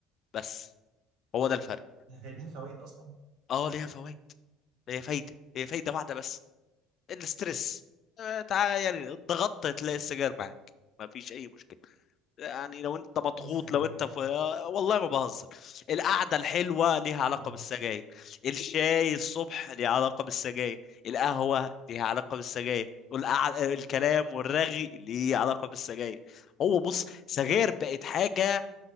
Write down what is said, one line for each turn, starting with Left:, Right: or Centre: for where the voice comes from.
Left: بس هو ده الفرق
Right: <laughs> هي ليها فوائد اصلا
Left: اه ليها فوائد هي فايده هي فايده واحده بس الاسترس آه، تعال يعني ضغطت تلاقي السجاير معاك مفيش اي مشكله يعني لو انت مضغوط
Right: بس كده
Left: لو انت
Right: هي
Left: في والله ما بهزر القعده الحلوه ليها علاقه
Right: اه
Left: بالسجاير الشاي الصبح ليها علاقه بالسجاير القهوه ليها علاقه بالسجاير والقع... الكلام والرغي ليه علاقه بالسجاير هو بص سجاير بقت حاجه